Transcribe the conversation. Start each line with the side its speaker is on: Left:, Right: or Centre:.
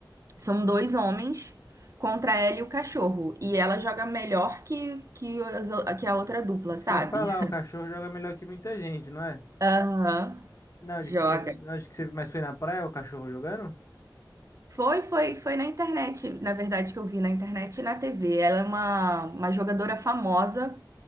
Right: são dois homens contra ela e o cachorro. E ela joga melhor que, que, as o- que a outra dupla,
Left: Isso
Right: sabe?
Left: que eu ia falar,
Right: <laughs>
Left: o cachorro joga melhor que muita gente, não é?
Right: Aham,
Left: Não, de
Right: joga.
Left: que você, não, de que você mais foi na praia o cachorro jogando?
Right: Foi, foi, foi na internet, na verdade, que eu vi na internet e na TV. Ela é uma, uma jogadora famosa